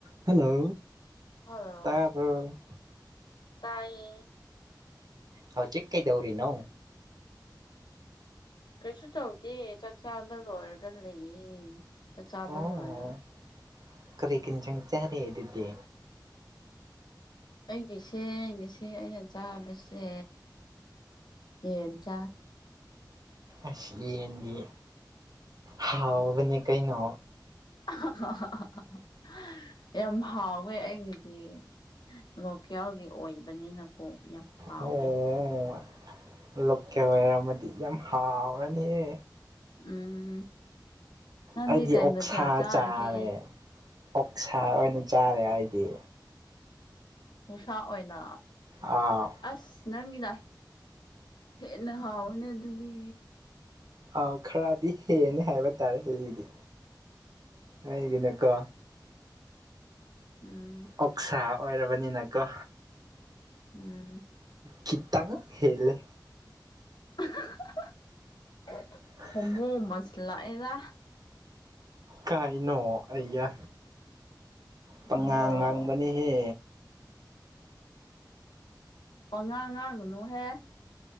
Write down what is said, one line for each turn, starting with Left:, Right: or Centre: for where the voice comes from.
Right: hello
Left: Hello
Right: ꯇ bro
Left: ꯇꯥꯏꯌꯦ
Right: ꯍꯥꯎꯆꯤꯛ ꯀꯩꯗꯧꯔꯤꯅꯣ
Left: ꯀꯩꯁꯨ ꯇꯧꯗꯦ ꯆꯥꯛ ꯆꯥꯕ ꯂꯣꯏꯔꯒ ꯂꯩꯌꯦ ꯆꯥꯛ ꯆꯥꯕ
Right: ꯑꯣ
Left: ꯂꯣꯏꯔ
Right: ꯀꯔꯤ ꯀꯤꯟꯆꯪ ꯆꯔꯦ ꯑꯗꯨꯗꯤ
Left: ꯑꯩꯒꯤꯁꯦ ꯉꯁꯤ ꯑꯩꯅ ꯆꯥꯕꯁꯦ ꯌꯦꯟ ꯆꯥ
Right: ꯑꯁ ꯌꯦꯟꯗꯤ ꯍꯥꯎꯕꯅꯦ ꯀꯩꯅꯣ
Left: <unintelligible> ꯌꯥꯝ ꯍꯥꯎꯋꯦ ꯑꯩꯒꯤꯗꯤ ꯂꯣꯀꯦꯜꯒꯤ ꯑꯣꯏꯕꯅꯤꯅ ꯀꯣ ꯌꯥꯝ ꯍꯥꯎꯋꯦ
Right: ꯑꯣ ꯂꯣꯀꯦꯜ ꯑꯣꯏꯔꯝꯃꯗꯤ ꯌꯥꯝ ꯍꯥꯎꯔꯅꯤꯍꯦ
Left: ꯎꯝ ꯅꯪꯗꯤ
Right: ꯑꯩꯗꯤ
Left: ꯀꯩ
Right: ꯑꯣꯛꯁꯥ
Left: ꯃꯊꯦꯜ ꯆꯥꯔꯒꯦ
Right: ꯆꯥꯔꯦ ꯑꯣꯛꯁꯥ ꯑꯣꯏꯅ ꯆꯥꯔꯦ ꯑꯩꯗꯤ
Left: ꯑꯣꯛꯁꯥ ꯑꯣꯏꯅ
Right: ꯑꯥꯎ
Left: ꯑꯁ ꯅꯪꯒꯤꯅ ꯍꯦꯟꯅ ꯍꯥꯎꯋꯤꯅꯦ ꯑꯗꯨꯗꯤ
Right: ꯑꯥꯎ ꯈꯔꯗꯤ ꯍꯦꯜꯂꯦ ꯍꯥꯏꯕ ꯇꯥꯔꯦ ꯑꯩꯒꯤꯗꯤ ꯑꯩꯒꯤꯅꯀꯣ
Left: ꯎꯝ
Right: ꯑꯣꯛꯁꯥ ꯑꯣꯏꯔꯕꯅꯤꯅ ꯀ
Left: ꯎꯝ
Right: ꯈꯤꯇꯪ ꯍꯦꯜꯂꯦ
Left: <unintelligible>
Right: <unintelligible>
Left: ꯃꯣ ꯃꯥꯟꯁꯤꯂꯛꯑꯦꯗ
Right: ꯀꯥꯏꯅꯣ ꯑꯌꯥ ꯄꯪꯉꯥꯡ
Left: ꯍꯣꯃꯣꯔꯣ
Right: ꯉꯥꯡꯕꯅꯤꯍꯦ
Left: ꯄꯪꯉꯥꯡ ꯉꯥꯡꯒꯅꯨꯍꯦ